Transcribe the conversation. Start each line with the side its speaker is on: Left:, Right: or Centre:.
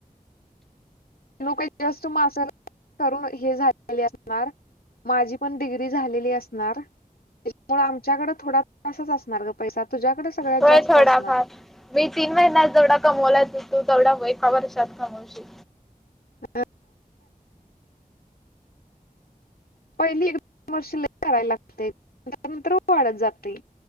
Left: लोक जस्ट मासर करून हे झालेले असणार माझी पण डिग्री झालेली असणार आमच्याकडें थोडा तासच असणार ग पैसा तुझ्याकडे सगळ्यात
Centre: होय
Left: जास्त
Centre: थोडाफार
Left: असणार
Centre: मी तीन महिन्यात जेवढा कमवलाचेतो तेवढा एका वर्षात कमवशील
Left: हा पहिली एक कमर्शिल करायला लागते त्यानंतर वाढत जाते